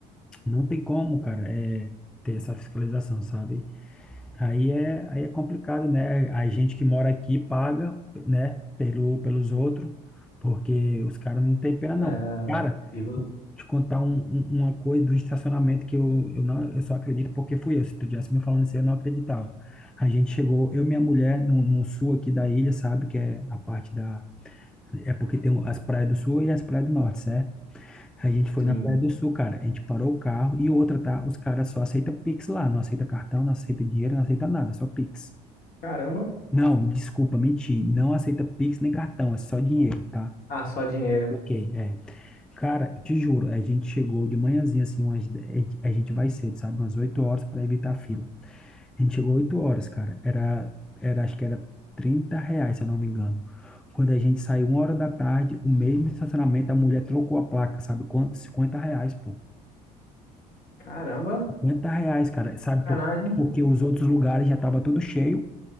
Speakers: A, in the centre; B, on the left.
A: não tem como, cara, é, ter essa fiscalização, sabe? Aí é, aí é complicado, né? A gente que mora aqui paga, né, pelo, pelos outros, porque os caras não têm pena, não.
B: É,
A: Cara,
B: e vo-
A: vou te contar um- um- uma coisa do estacionamento que eu, eu, não, eu só acredito porque fui eu. Se tu tivesse me falando isso, eu não acreditava. A gente chegou, eu e minha mulher, no, no sul aqui da ilha, sabe? Que é a parte da. É porque tem as praias do sul e as praias do norte, certo? A gente foi
B: sim.
A: na Praia do Sul, cara. A gente parou o carro e outra, tá? Os caras só aceitam Pix lá. Não aceita cartão, não aceita dinheiro, não aceita nada, só Pix.
B: Caramba.
A: Não, desculpa, menti. Não aceita Pix nem cartão, é só dinheiro, tá?
B: Ah, só dinheiro.
A: Ok, é. Cara, te juro, a gente chegou de manhãzinha, assim, umas, de- a gente a gente vai cedo, sabe? Umas 8 horas para evitar a fila. A gente chegou 8 horas, cara. Era, era, acho que era 30 reais, se eu não me engano. Quando a gente saiu uma hora da tarde, o mesmo estacionamento, a mulher trocou a placa, sabe? Quanto? 50 reais, pô.
B: Caramba,
A: 50 reais, cara, sabe?
B: sacanagem.
A: Por, porque os outros lugares já tava tudo cheio,